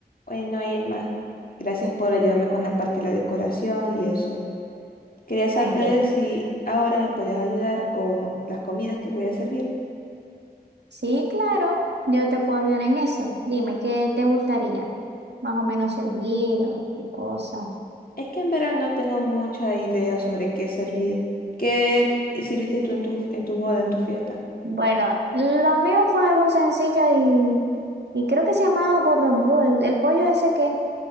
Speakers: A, on the left; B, on the right.
A: Bueno, Emma, gracias por ayudarme con la parte de la decoración y eso. Quería saber
B: Tranquilo.
A: si ahora me puedes ayudar con las comidas que voy a servir.
B: Sí, claro, yo te puedo ayudar en eso. Dime, ¿qué te gustaría? Más o menos servido y cosas.
A: Es que en verdad no tengo mucha idea sobre qué servir. ¿Qué sirviste tú en tu, en tu boda, en tu fiesta?
B: Bueno, Lo mío fue algo sencillo y, y creo que se llamaba Gordon Blue, el, el pollo ese que